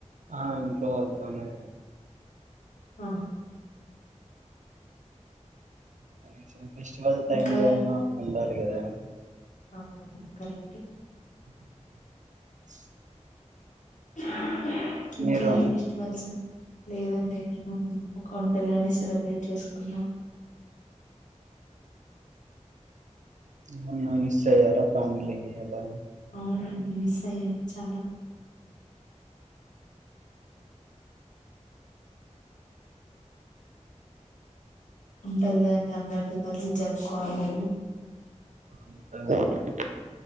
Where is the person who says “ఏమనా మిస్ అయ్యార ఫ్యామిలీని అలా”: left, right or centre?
Right